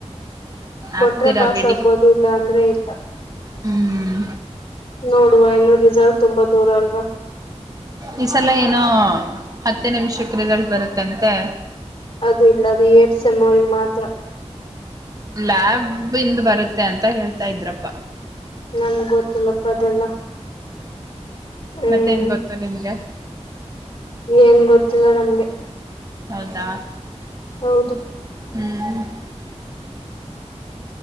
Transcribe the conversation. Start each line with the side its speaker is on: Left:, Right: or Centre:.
Left: ಕೊಟ್ರೆ
Right: ಆಗ್ತೀರಾ
Left: ಪಾಸ್
Right: ಬಿಡಿ
Left: ಆಗ್ಬೋದು ಇಲ್ಲ ಅಂದ್ರೆ ಇಲ್ಲ.
Right: ಹ್ಮ್
Left: ನೋಡುವ ಇನ್ನು ರಿಸಲ್ವ್ ತುಂಬಾ ದೂರ ಅಲ್ವಾ.
Right: ಈ ಸಲ ಏನೋ ಹತ್ತೇ ನಿಂಮ್ಷಕ್ ರಿಸಲ್ಟ್ ಬರುತ್ತಂತೆ.
Left: ಅದು ಇಲ್ಲ ಅದು ಎಡ್ ಸೆವರ್ವ್ರಿಗೆ ಮಾತ್ರ.
Right: ಲ್ಯಾಬ್ ಇಂದ್ ಬರುತ್ತೆ ಅಂತ ಹೇಳ್ತಾ ಇದ್ರಪ್ಪ.
Left: ನಮ್ಗ್ ಗೊತ್ತಿಲ್ಲಪ್ಪ ಅದೆಲ್ಲ. ಹ್ಮ್
Right: ಮತ್ತೆನ್ ಗೊತ್ತು ನಿಮ್ಗೆ.
Left: ಏನ್ ಗೊತ್ತಿಲ್ಲ ನಮ್
Right: ಹೌದಾ
Left: ಹೌದು
Right: ಹ್ಮ್